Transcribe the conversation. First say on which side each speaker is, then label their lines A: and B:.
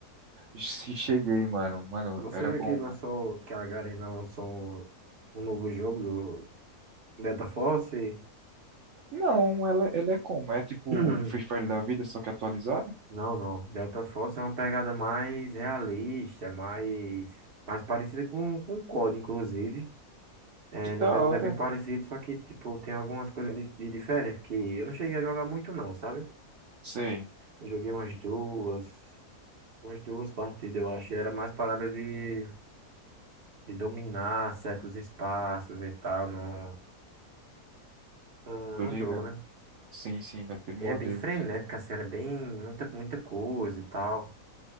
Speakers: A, on the right; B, on the right.
A: Se cheguei, mano, mano,
B: Você
A: era
B: viu
A: bom,
B: que lançou,
A: mano.
B: que a Garena lançou um novo jogo do Delta Force?
A: Não, ela, ela é como? É tipo
B: <clears throat>
A: um Free Fire da vida, só que atualizado?
B: Não, não. Delta Force é uma pegada mais realista, mais, mais parecida com, com o COD, inclusive. É,
A: Que da
B: na verdade
A: hora.
B: é bem parecido, só que tipo, tem algumas coisas de, de diferente que eu não cheguei a jogar muito não, sabe?
A: Sei,
B: Eu joguei umas duas, umas duas partidas, eu acho. Era mais parada de de dominar certos espaços e tal no, no,
A: tô
B: no
A: ligado.
B: jogo, né?
A: Sim, sim, daquele
B: E
A: modelo.
B: é bem frenético, assim, é bem muita, muita coisa e tal.